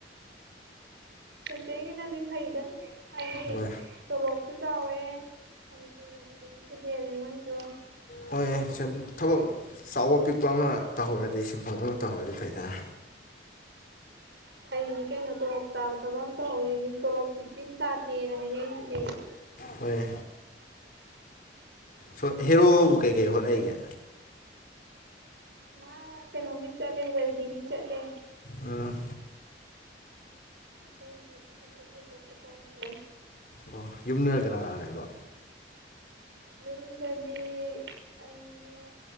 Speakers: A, on the right (about 70°); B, on the left (about 45°).
A: ꯁꯦꯟꯇ꯭ꯔꯦꯟꯒꯤꯅꯗꯤ ꯐꯩꯗ ꯍꯥꯏꯗꯤ
B: ꯍꯣꯏ
A: ꯇꯣꯂꯣꯞ ꯁꯨ ꯆꯥꯎꯋꯦ ꯃꯅꯤꯄꯨꯔꯒꯤꯗꯒꯤꯁꯨ ꯍꯦꯜꯂꯦ ꯃꯣꯏꯖꯨ
B: ꯍꯣꯏꯌꯦ ꯁꯦꯟ ꯊꯕꯛ ꯆꯥꯎꯕ ꯄꯤꯛꯄ ꯑꯃ ꯇꯧꯍꯧꯔꯗꯤ ꯁꯤꯟꯐꯝ ꯑꯃ ꯇꯧꯍꯧꯔꯗꯤ ꯐꯩꯗꯅ
A: ꯐꯩꯅꯤ ꯀꯩꯅꯣ ꯇꯣꯂꯣꯞ ꯆꯥꯕ ꯊꯕꯛ ꯑꯝ ꯇꯧꯔꯤ ꯃꯤ ꯇꯣꯂꯣꯞꯇꯤ ꯇꯤꯟ ꯇꯥꯗꯦꯅ ꯍꯥꯏꯅꯩꯅꯤ ꯀꯩꯅꯣ
B: ꯍꯣꯏ ꯁꯣ ꯍꯦꯔꯣꯕꯨ ꯀꯩꯀꯩ ꯍꯣꯠꯅꯩꯒꯦ
A: ꯃꯥ ꯀꯩꯅꯣꯒꯤ ꯆꯠꯂꯦ ꯋꯦꯜꯗꯤꯡꯒꯤ ꯆꯠꯂꯦ
B: ꯑꯝ
A: ꯑꯇꯩꯗꯤ ꯀꯩꯁꯨ ꯊꯣꯏꯗꯣꯛꯄ ꯇꯧꯗ꯭ꯔꯦ
B: ꯑꯣ ꯌꯨꯝꯗꯅ ꯀꯅꯥ ꯀꯅꯥ ꯂꯩꯕ
A: ꯌꯨꯝꯗꯗꯤ ꯑꯩꯅꯦ